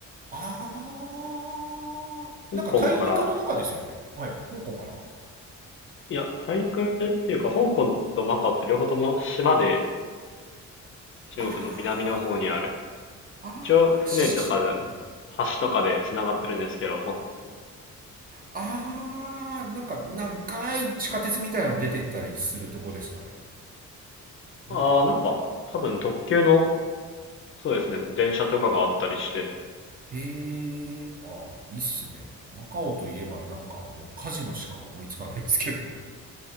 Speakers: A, on the right; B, on the left.
A: あーなんか大陸の中ですよねはい香港から
B: 香港から、いや、大陸っていうか香港とマカオって両方とも島で中国の南の方にある、
A: あーあー島なんだ。
B: 一応、船とかで、橋とかで繋がってるんですけど、本当も。
A: あーなんか長い地下鉄みたいなの出てったりするとこですかねなんか
B: ああ、なんか、多分特急の、そうですね、電車とかがあったりして、
A: へーあーいいっすねマカオといえばなんかもうカジノしか思いつかないですけど